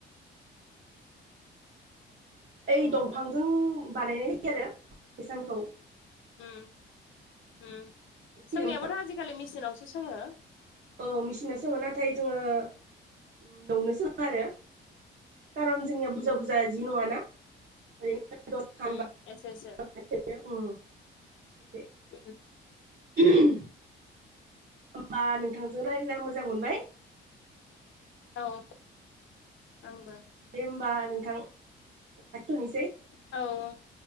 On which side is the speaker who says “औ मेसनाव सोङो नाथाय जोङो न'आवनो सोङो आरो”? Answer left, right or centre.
Right